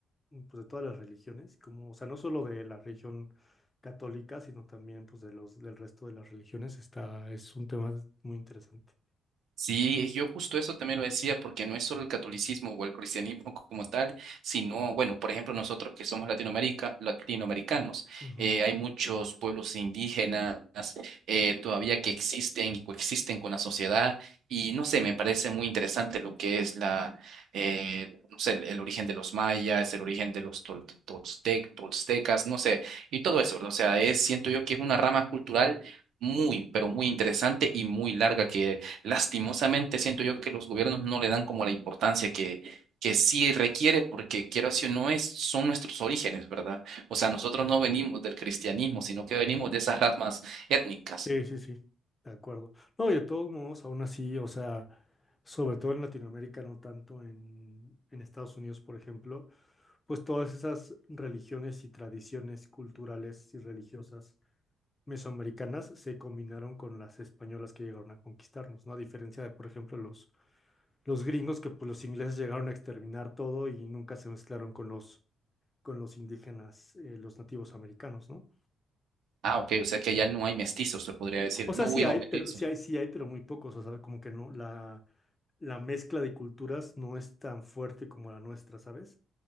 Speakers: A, on the left; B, on the right.
A: pues de todas las religiones, como, o sea, no solo de la religión católica, sino también pues de los, del resto de las religiones, está, es un tema muy interesante.
B: Sí, yo justo eso también lo decía, porque no es solo el catolicismo o el cristianismo <laughs> como tal, sino, bueno, por ejemplo, nosotros que somos Latinoamérica, latinoamericanos,
A: Ujú.
B: eh, hay muchos pueblos indígenas eh, todavía que existen y coexisten con la sociedad, y no sé, me parece muy interesante lo que es la, eh, no sé, el, el origen de los mayas, el origen de los tol- toltec- toltecas, no sé, y todo eso, ¿verdad? O sea, es, siento yo que es una rama cultural.
A: Sí.
B: Muy, pero muy interesante y muy larga lastimosamente siento yo que los gobiernos no le dan como la importancia que, que sí requiere, porque quiero así o no es, son nuestros orígenes, ¿verdad? O sea, nosotros no venimos del cristianismo, sino que venimos de esas ramas étnicas.
A: Sí, sí, sí, de acuerdo. No, y de todos modos, aún así, o sea, sobre todo en Latinoamérica, no tanto en, en Estados Unidos, por ejemplo, pues todas esas religiones y tradiciones culturales y religiosas mesoamericanas se combinaron con las españolas que llegaron a conquistarnos, ¿no? A diferencia de, por ejemplo, los, los gringos, que pues los ingleses llegaron a exterminar todo y nunca se mezclaron con los, con los indígenas, eh, los nativos americanos, ¿no?
B: Ah, ok, o sea que ya no hay mestizos, se podría decir,
A: O sea,
B: no
A: sí
B: hubieron
A: hay,
B: mestizos.
A: pero sí hay, sí hay, pero muy pocos. O sea, como que no, la, la mezcla de culturas no es tan fuerte como la nuestra, ¿sabes?